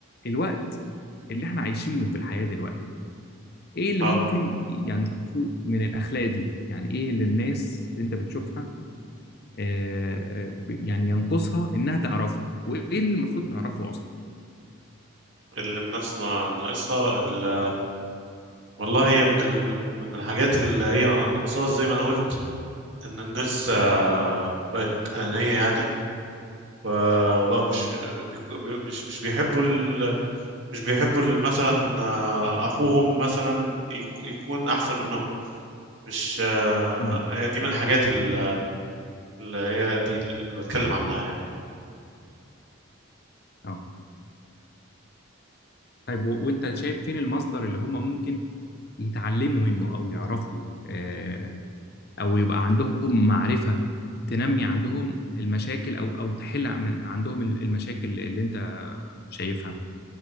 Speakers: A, on the left (about 50°); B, on the right (about 60°).
A: الوقت اللي احنا عايشينه في الحياه دلوقتي ايه اللي
B: اه
A: ممكن يعني نشوفه من الاخلاق دي يعني ايه اللي الناس انت بتشوفها آه ب- يعني ينقصها انها تعرفه وايه اللي المفروض تعرفه اصلا
B: اللي الناس نا- ناقصها ال... والله هي من ال... من من الحاجات اللي هي ناقصاها زي ما انا قلت ان الناس آه، بقت انانيه يعني و- وبقى مش بيك- مش مش بيحبوا مش بيحبوا ال- مثلا آه، اخوهم مثلا يك- يكون احسن منهم مش آه،
A: امم
B: هي دي من الحاجات ال- اللي هي دي اللي بتكلم عنها يعني
A: اه طيب و- وانت شايف فين المصدر اللي هم ممكن يتعلموا منه او يعرفوا آه او يبقى عندهم معرفة تنمي عندهم المشاكل او او تحل من عندهم ال- المشاكل اللي انت شايفها